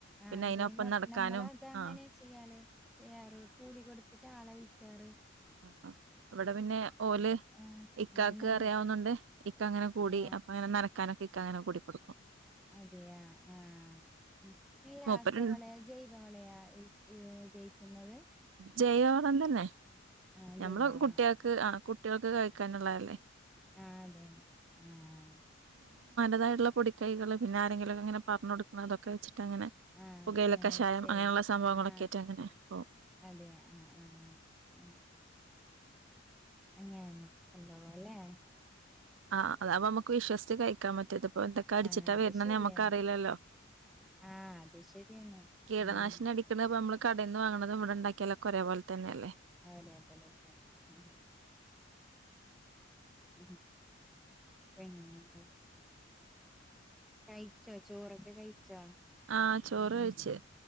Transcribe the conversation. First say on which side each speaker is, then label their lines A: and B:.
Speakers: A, in the centre; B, on the right.
A: ആ
B: പിന്നെ
A: അതെ
B: അതിനൊപ്പം നടക്കാനും
A: നമ്മൾ അത് അങ്ങനെ
B: ആ
A: ചെയ്യാല് ചെയ്യാറ് കൂലി കൊടുത്തിട്ട് ആളെ വിളിക്കാ ആറ്
B: ആഹ അവിടെ പിന്നെ ഓല്
A: ആ
B: ഇക്കക്ക്
A: ഉം നമ്മക്കും
B: അറിയാവുന്നുണ്ട് ഇക്ക അങ്ങനെ കൂടി
A: ആ
B: അപ്പ അങ്ങന നനക്കാനോ കിക്ക അങ്ങനെ കൂടി കൊടുക്കും
A: അതിയാ ആഹ ഉ ന രാസവളയ
B: മൂപ്പര്
A: ജൈവവളയ ഉപയോഗിക്കുന്നത്
B: ജൈവണംം തന്നെ
A: ആ
B: ഞമ്മള
A: ജൈവവള
B: കുട്ടികൾക്ക് ആ കുട്ടികൾക്ക് കഴിക്കാനുള്ളതല്ലേ
A: ആഹ അതെല്ലെ ആഹ
B: അതായുള്ള പൊിക്കൈകൾ പിന്നെരെങ്കിലുംക്കെങ്ങനെ പറഞ്ഞ കൊടുക്കണം അതൊെച്ചട്ട് അങ്ങനെ
A: ആ
B: പുകയിലൊക്കെഷായം
A: അങ്ങനെ ചെയ്യും
B: അങ്ങനെയുള്ള സംഭവങ്ങളൊക്കെ
A: ആ
B: ആട്ട് അങ്ങനെ പോവും
A: അതെ ആഹ് ആഹ് ആ അങ്ങന സംഭവാല്ലേ
B: ആഹ് അത അപ്പൊ നമുക്ക് വിശ്വസിച്ച് കഴിക്കാൻ പറ്റിയത് ഇപ്പൊ എന്തൊക്കെ അടിച്ചിട്ടാ
A: ആ അത്
B: വരണന്ന്
A: ശരിയാണ്
B: നഞമ്മക്ക് അറിയില്ലല്ലോ
A: ആ അത് ശരിയാണ്
B: കീടനാശിന
A: ഉം
B: അടിക്കണപ്പ നമ്മള് കടയിന്ന്ാങ്ങണത ഇവിടെണ്ടാക്കിയല്ലോ കുറേ പോോലെ തന്നെയല്ലേ
A: അതേപോലെ ഉ ഉ സനല്ല കഴിച്ചോ ചോറൊക്കെ കഴിച്ചോ
B: ആഹ ചോറ് കഴിച്ചു